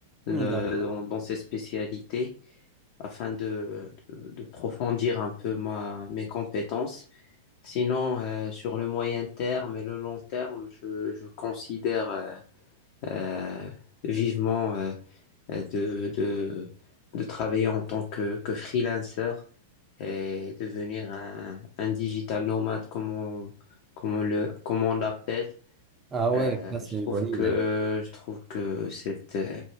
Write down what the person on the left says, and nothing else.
euh,
dans, dans ces spécialités afin de, de, de approfondir un peu ma, mes compétences. Sinon, euh, sur le moyen terme et le long terme, je, je considère euh, euh, vivement euh, euh, de, de, de travailler en tant que, que freelancer et devenir un, un digital nomade, comme on, comme on le, comme on l'appelle.
Euh,
je trouve
que, je trouve que cette, euh,